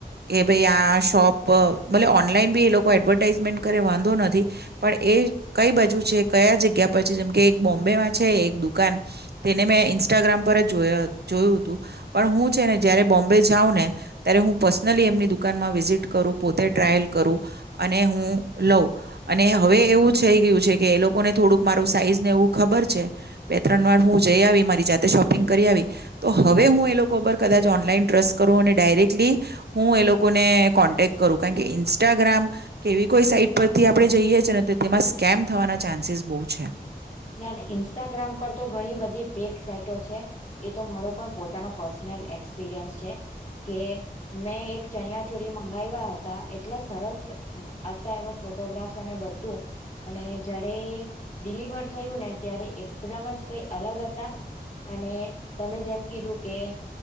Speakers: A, on the right; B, on the left.
A: કે ભાઈ આ શોપલે ઓનલાઈન બી એ લોકો એડવર્ટાઈઝમેન્ટ કરે વાંધો નથી પણ એ કઈ બાજુ છે કયા જગ્યા પર છે, જેમકે, એક બોમ્બે છે એક દુકાન તેને મેં ઇન્સ્ટાગ્રામ પર જ જો જોયું હતું પણ હું છે ને જયારે બોમ્બે જાઉં ને ત્યારે હું પર્સનલી એમની દુકાનમાં વિઝિટ કરું પોતે ટ્રાયલ કરું અને હું લઉં અને હવે એવું થઈ ગયું છે કે એ લોકોને થોડુંક મારું સાઈઝ ને એવું ખબર છે. બે ત્રણ વાર હું જઈ આવી મારી જાતે શોપ કરીયાવી તો હવે, હું એ કદાચ ઓનલાઈન ટ્રસ્ટ કરું અને ડાયરેક્ટલી હું, એ લોકોને કોન્ટેક કરું કારણ કે ઈન્સ્ટાગ્રામ કેવી કોઈ સાઈટ પરથી આપણે જઈએ છે ને તો તેમાં સ્કેમ થવાના ચાન્સીસ બો છે.
B: ના ના ઇન્સ્ટાગ્રામ પર તો ઘણી બધી ફેક સાઇટો છે એ તો મારો પણ પોતાનો પર્સનલ એક્સપિરિયન્સ છે કે મેં એક ચણિયા ચોરી મંગાવ્યા હતા એટલા સરસ હતા એનો ફોટોગ્રાફ્સ અને બધું, અને જ્યારે ડિલિવર થયુંને ત્યારે એકદમ જ કઈ અલગ હતા. અને તમે જેમ કીધું કે